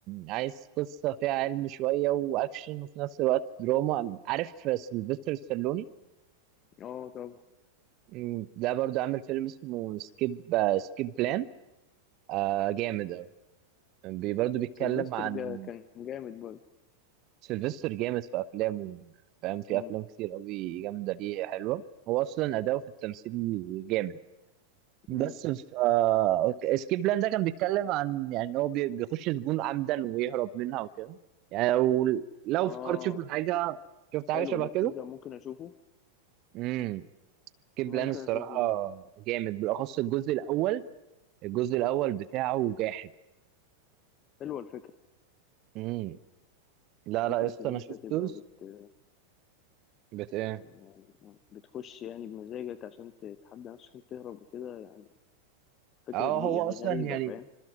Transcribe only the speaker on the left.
<clears throat> اه طبعا
سيلفستر
جا كان جامد برضه
امم
امم
اه
حلو
ده
تصدق ممكن اشوفه
ممكن
اشوفه ده
حلوه الفكره
فكره
ان
انت
تبقى بت
يعني بتخش يعني بمزاجك عشان تتحدى نفسك عشان تهرب وكده يعني فكره
جديده
يعني
غريبه
فاهم